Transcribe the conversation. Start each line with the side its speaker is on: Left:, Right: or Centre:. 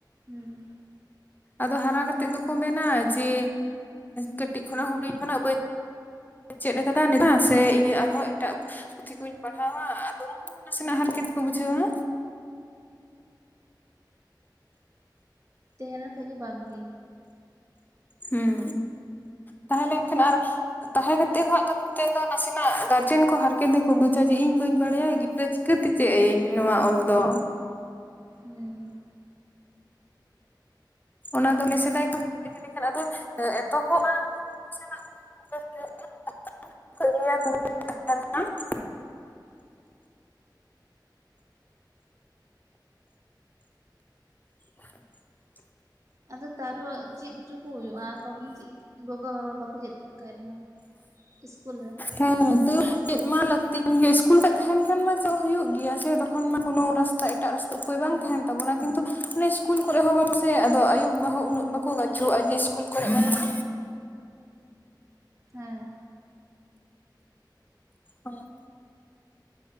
Right: ᱦᱮᱸ
Left: ᱟᱫᱚ ᱦᱟᱨᱟ ᱠᱟᱛᱮᱜ ᱫᱚᱠᱚ ᱢᱮᱱᱟ ᱡᱮ ᱠᱟᱹᱴᱤᱡ ᱠᱷᱚᱱᱟᱜ ᱦᱩᱰᱤᱧ ᱠᱷᱚᱱᱟᱜ ᱵᱟᱹᱧ ᱪᱮᱫ ᱞᱮᱠᱟᱫᱟ ᱱᱤᱛᱚᱜ ᱥᱮ ᱤᱧᱟᱹᱜ ᱟᱨᱦᱚᱸ ᱮᱴᱟᱜ ᱯᱩᱛᱷᱤ ᱠᱩᱧ ᱯᱟᱲᱦᱟᱣᱟ ᱟᱫᱚ ᱩᱱᱠᱩ ᱱᱟᱥᱮᱱᱟᱜ ᱦᱟᱨᱠᱮᱛ ᱠᱚ ᱵᱩᱡᱷᱟᱹᱣᱟ᱾
Right: ᱛᱟᱦᱮᱸ ᱞᱮᱱᱠᱷᱟ ᱜᱮ ᱵᱷᱟᱜᱤ᱾
Left: ᱦᱮᱸ ᱛᱟᱦᱮᱸ ᱞᱮᱱᱠᱷᱟᱱ ᱟᱨ ᱛᱟᱦᱮᱸ ᱠᱟᱛᱮ ᱦᱚᱸ ᱟᱫᱚ ᱱᱤᱛᱟᱜ ᱫᱚ ᱱᱟᱥᱮᱱᱟᱜ ᱜᱟᱨᱡᱮᱱ ᱠᱚ ᱦᱟᱨᱠᱮᱛ ᱛᱮᱠᱚ ᱵᱩᱡᱟ ᱡᱮ ᱤᱧ ᱵᱟᱹᱧ ᱵᱟᱲᱟᱭᱟ ᱜᱤᱫᱽᱨᱟᱹ ᱪᱤᱠᱟᱹᱛᱮ ᱪᱮᱫ ᱟᱹᱭᱟᱹᱧ ᱱᱚᱣᱟ ᱚᱞ ᱫᱚ᱾
Right: ᱦᱩᱸ
Left: ᱚᱱᱟ ᱫᱚ ᱥᱮᱫᱟᱭ ᱠᱷᱚᱱ ᱤᱫᱤ ᱞᱮᱱᱠᱷᱟᱱ ᱟᱫᱚ ᱮᱛᱚᱦᱚᱵ ᱢᱟᱲᱟᱝ ᱫᱚ ᱱᱟᱥᱮᱱᱟᱜ ᱚᱱᱟ <unintelligible> <unintelligible>
Right: ᱟᱫᱚ ᱛᱟᱨ ᱨᱮᱦᱚᱸ ᱪᱮᱫ ᱩᱪᱚ ᱠᱚ ᱦᱩᱭᱩᱜᱼᱟ, ᱵᱟᱵᱚᱱ ᱪᱮᱫ ᱜᱚᱜᱚ ᱵᱟᱵᱟ ᱵᱟᱠᱚ ᱪᱮᱫ ᱠᱟᱜ ᱠᱷᱟᱡ ᱨᱮᱦᱚᱸ ᱾ ᱤᱥᱠᱩᱞ ᱨᱮ᱾
Left: ᱦᱮᱸ ᱛᱚ ᱪᱮᱫ ᱢᱟ ᱞᱟᱹᱠᱛᱤ ᱜᱮ ᱥᱤᱥᱠᱩᱞ ᱨᱮ ᱛᱟᱦᱮᱱ ᱠᱷᱟᱱ ᱢᱟ ᱪᱮᱫ ᱦᱩᱭᱩᱜ ᱜᱮᱭᱟ ᱥᱮ ᱛᱚᱠᱷᱚᱱ ᱢᱟ ᱠᱚᱱᱳ ᱨᱟᱥ ᱛᱟ ᱮᱴᱟᱜ ᱨᱟᱥᱛᱟ ᱩᱯᱟᱹᱭ ᱵᱟᱝ
Right: ᱦᱩᱸ
Left: ᱛᱟᱦᱮᱱ ᱛᱟᱵᱚᱱᱟ ᱠᱤᱱᱛᱩ ᱤᱥᱠᱩᱞ ᱠᱚᱨᱮᱜ ᱦᱚᱸ ᱥᱮ ᱟᱫᱚ ᱟᱭᱩ ᱵᱟᱵᱟ ᱦᱚᱸ ᱩᱱᱟᱹᱜ ᱵᱟ ᱠᱩ ᱜᱟᱹᱪᱷᱩᱜ ᱟᱹᱰᱤ ᱤᱥᱠᱩᱞ ᱠᱚᱨᱮ ᱵᱟᱹᱱᱩᱜᱼᱟ
Right: ᱦᱮᱸ
Left: ᱦᱚᱸ